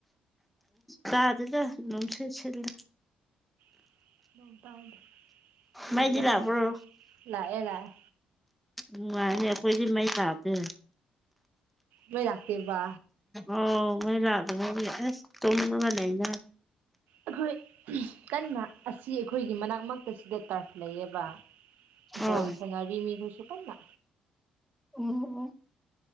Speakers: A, in the centre; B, on the right.
A: ꯇꯥꯗꯦꯗ ꯅꯨꯡꯁꯤꯠ ꯁꯤꯠꯂꯤ
B: <inaudible> ꯅꯣꯡ ꯇꯥꯗꯦ ꯀꯔꯤꯔꯥ
A: ꯃꯩꯗꯤ ꯂꯥꯛꯄ꯭ꯔꯣ
B: ꯈꯪꯗꯦ ꯂꯥꯛꯑꯦ ꯂꯥꯛꯑꯦ
A: ꯅꯨꯡꯉꯥꯏꯅꯦ ꯑꯩꯈꯣꯏꯗꯤ ꯃꯩ ꯂꯥꯛꯇꯦ
B: ꯃꯩ ꯂꯥꯛꯇꯦꯕ
A: ꯑꯣ ꯃꯩ ꯂꯥꯛꯇꯕꯒꯤ ꯑꯁ ꯇꯨꯝꯃꯒꯥ ꯂꯩꯅꯥ
B: ꯑꯩꯈꯣꯏ ꯀꯟꯅ ꯑꯁꯤ ꯑꯩꯈꯣꯏꯒꯤ ꯃꯅꯥꯛꯃꯛꯇꯁꯤꯗ ꯇꯔꯐ ꯂꯩꯌꯦꯕ ꯕꯣꯜ
A: ꯑꯣ
B: ꯁꯥꯅꯔꯤ ꯃꯤ ꯍꯣꯢꯁꯨ ꯀꯟꯅ
A: ꯑꯣ